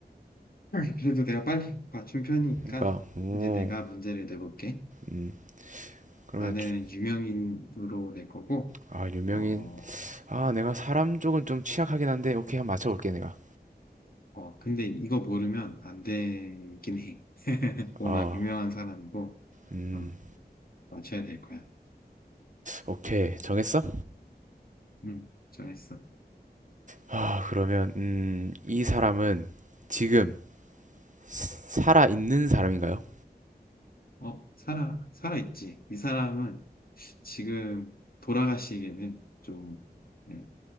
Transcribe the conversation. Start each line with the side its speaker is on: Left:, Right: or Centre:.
Left: <laughs> 그래도 내가 빨리 맞춘 편이니까,
Right: 그러니까 오,
Left: 이제 내가 문제를 내볼게.
Right: 음. 그러면
Left: 나는
Right: 주-
Left: 유명인으로 낼 거고,
Right: 아, 유명인.
Left: 어,
Right: 아, 내가 사람 쪽은 좀 취약하긴 한데 오케이 한번 맞춰볼게 내가.
Left: 어, 근데 이거 모르면 안 되긴 해. <laughs> 워낙
Right: 아,
Left: 유명한 사람이고,
Right: 음.
Left: 어, 맞춰야 될 거야.
Right: 오케이. 정했어?
Left: 음, 정했어.
Right: 아, 그러면 음, 이 사람은 지금 살아 있는 사람인가요?
Left: 어, 살아, 살아있지. 이 사람은 지금 돌아가시기에는 좀, 네,